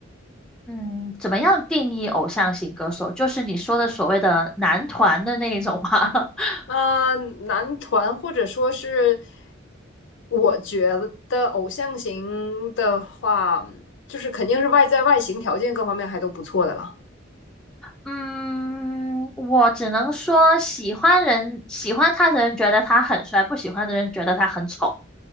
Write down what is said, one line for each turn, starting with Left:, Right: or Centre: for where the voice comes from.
Centre: 嗯，怎么样定义偶像型歌手？就是你说的所谓的男团的那一种吗？<laughs>
Left: 呃，男团或者说是，我觉得偶像型的话，就是肯定是外在外形条件各方面还都不错的了。
Centre: 嗯，我只能说喜欢人，喜欢他的人觉得他很帅，不喜欢的人觉得他很丑。